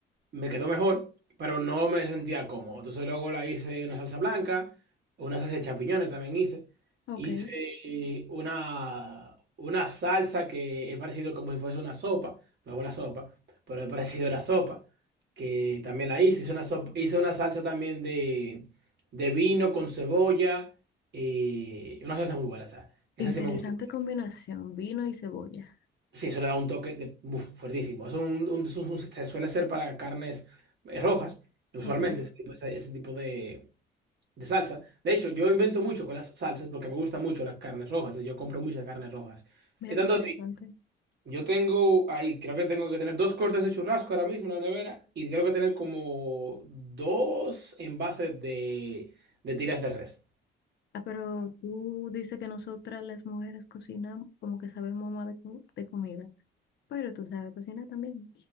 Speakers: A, on the right; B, on the left.
A: me quedó mejor, pero no me sentía cómodo. Entonces luego la hice una salsa blanca, una salsa de champiñones también hice.
B: Ok,
A: Hice una, una salsa que he parecido como si fuese una sopa, no es una sopa, pero he parecido una sopa, que también la hice. Hice una, sopa- hice una salsa también de, de vino con cebolla, y una salsa muy buena, esa. Esa
B: interesante
A: sí me gustó.
B: combinación, vino y cebolla.
A: Sí, eso le da un toque de, uf, fuertísimo. Es un, un- es un- se suele hacer para carnes eh, rojas, usualmente,
B: Ok,
A: ese tipo, ese- ese tipo de, de salsa. De hecho, yo invento mucho con las salsas porque me gustan mucho las carnes rojas, entonces yo compro muchas carnes rojas.
B: mira
A: Y tanto
B: qué interesante.
A: así, yo tengo ahí, creo que tengo que tener dos cortes de churrasco ahora mismo en la nevera y creo que tener como dos envases de, de tiras de res.
B: Ah, pero tú dices que nosotras las mujeres cocinamos, como que sabemos más de, co- de comida, pero tú sabes cocinar también.